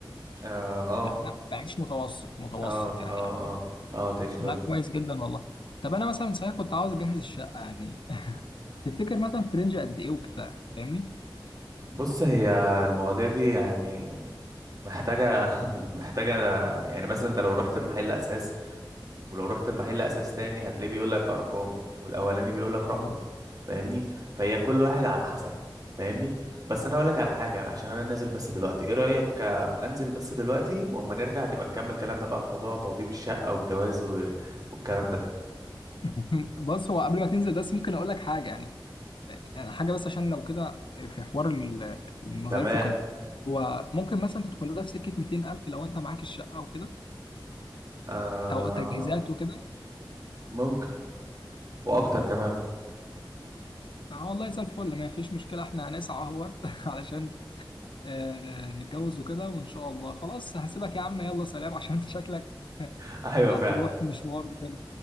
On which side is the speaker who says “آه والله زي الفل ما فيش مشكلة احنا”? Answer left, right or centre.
Left